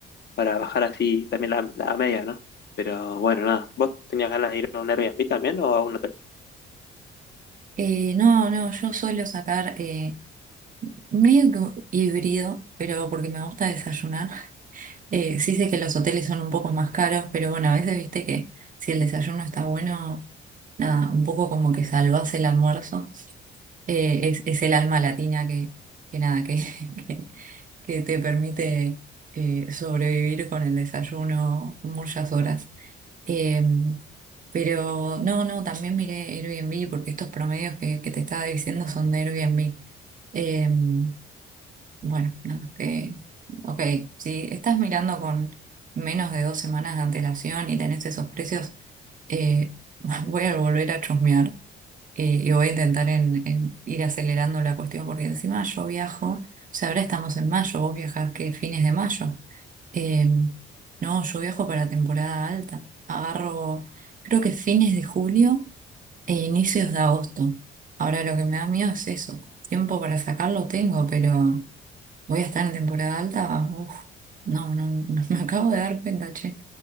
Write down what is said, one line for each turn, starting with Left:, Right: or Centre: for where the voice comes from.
Left: para bajar así también la, la media, ¿no? Pero bueno, nada. ¿Vos tenías ganas de ir a un Airbnb también o a uno
Right: Eh, no, no, yo suelo sacar eh, medio que híbrido, pero porque me gusta desayunar. Eh, sí sé que los hoteles son un poco más caros, pero bueno, a veces viste que si el desayuno está bueno, nada, un poco como que salvás el almuerzo. Eh, es, es el alma latina que, que nada, que, <laughs> que, que te permite eh, sobrevivir con el desayuno muchas horas. Eh, pero no, no, también miré Airbnb porque estos promedios que, que te estaba diciendo son de Airbnb. Em, bueno, nada, que, ok, si estás mirando con menos de dos semanas de antelación y tenés esos precios, eh, <laughs> voy a volver a chusmear eh, y voy a intentar en, en ir acelerando la cuestión porque encima yo viajo, o sea, ahora estamos en mayo, vos viajás que fines de mayo. Eh, no, yo viajo para temporada alta, agarro creo que fines de julio e inicios de agosto. Ahora lo que me da miedo es eso, tiempo para sacarlo tengo, pero voy a estar en temporada alta, uf, no, no, no, <laughs> me acabo de dar cuenta, che.